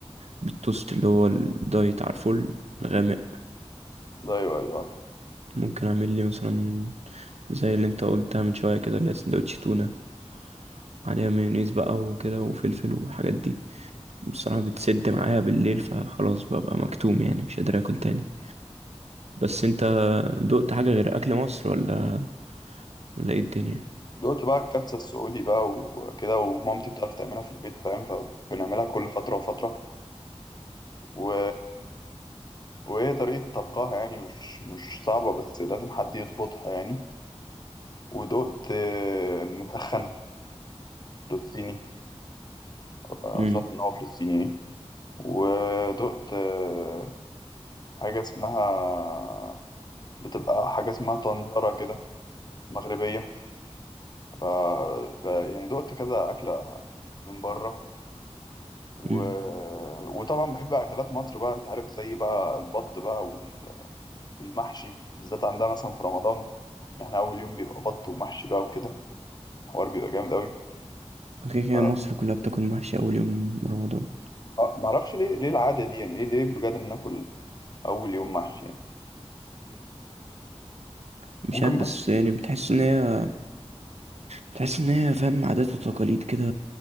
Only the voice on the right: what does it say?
بالتوست اللي هو الدايت عارفه الغامق
ممكن اعمل لي مثلا زي اللي انت قلتها من شويه كده اللي هي سندوتش تونه عليها مايونيز بقى وكده وفلفل والحاجات دي بصراحه بتسد معايا بالليل فخلاص ببقى مكتوم يعني مش قادر اكل تاني بس انت دقت حاجه غير اكل مصر ولا ولا ايه الدنيا
امم
امم
كده كده
مصر كلها بتاكل محشي اول يوم رمضان
مش
عارف بس
يعني بتحس ان هي بتحس ان هي فاهم عادات وتقاليد كده